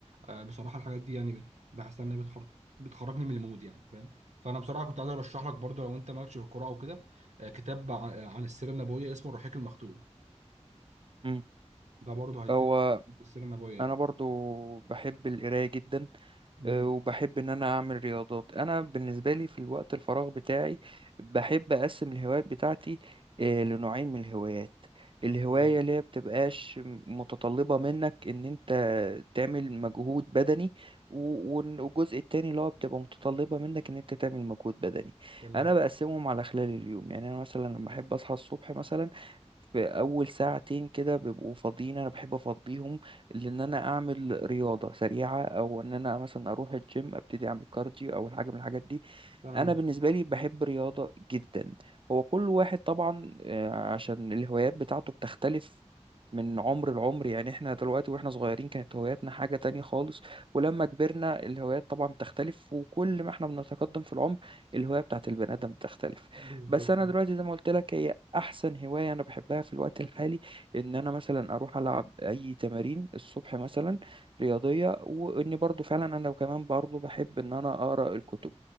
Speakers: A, on the right; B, on the right.
A: آه، بصراحة الحاجات دي يعني بحس إنها بتخر... بتخرجني من المود يعني فاهم فأنا بصراحة كنت عايز أرشح لك برضه لو أنت مالكش في القراءة وكده آه، كتاب ع- عن السيرة النبوية اسمه الرحيق المختوم
B: مم.
A: ده برضه هيفيدك
B: هو
A: في السيرة النبوية يعني
B: انا برضو بحب القراية جدا
A: امم
B: آه، وبحب ان انا اعمل رياضات انا بالنسبه لي في الوقت الفراغ بتاعي بحب اقسم الهوايات بتاعتي آه، لنوعين من الهوايات الهوايه
A: تمام
B: اللي هي بتبقاش متطلبه منك ان انت تعمل مجهود بدني و- ون- والجزء التاني اللي هو بتبقى متطلبه منك ان انت تعمل مجهود بدني
A: تمام
B: انا بقسمهم على خلال اليوم يعني انا مثلا لما احب اصحى الصبح مثلا في اول ساعتين كده بيبقوا فاضيين انا بحب افضيهم لان انا اعمل رياضه سريعه او ان انا مثلا اروح الجيم ابتدي اعمل كارديو او حاجه من الحاجات دي
A: تمام
B: انا بالنسبه لي بحب رياضه جدا هو كل واحد طبعا آه، عشان الهوايات بتاعته بتختلف من عمر لعمر يعني احنا دلوقتي واحنا صغيرين كانت هواياتنا حاجة تانية خالص ولما كبرنا الهوايات طبعا بتختلف وكل ما احنا بنتقدم في العمر الهواية بتاعت البني آدم بتختلف
A: بالظبط
B: بس انا دلوقتي زي ما قلت لك هي احسن هوايه انا بحبها في الوقت الحالي ان انا مثلا اروح العب اي تمارين الصبح مثلا رياضيه واني برضو فعلا انا كمان برضو بحب ان انا اقرا الكتب